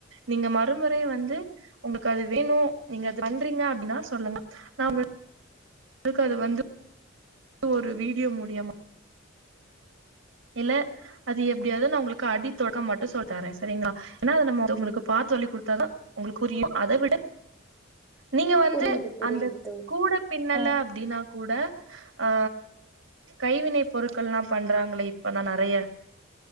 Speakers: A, on the right; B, in the centre.
A: நீங்க மறுமுறை வந்து உங்களுக்கு அது வேணு நீங்க அது பண்றீங்க அப்டின்னா சொல்லுங்க நா உங்க ளுக்கு அது வந்து து ஒரு வீடியோ மூலியமா எல அது எப்டியாது நா உங்களுக்கு அடி தொடக்கம் மட்டு சொல்லிதாறே செரிங்ளா ஏன்னா அது <unintelligible> பாத்து சொல்லி குடுத்தாதா உங்களுக்கு புரியு‌ அத விட நீங்க வந்து
B: புரியுது புரியுது
A: அந்த
B: தோழி
A: கூட பின்னல
B: ஆ
A: அப்டின்னா கூட ஆ கைவினை பொருள் கள்லா பண்றாங்களே இப்பெல்லா நெறைய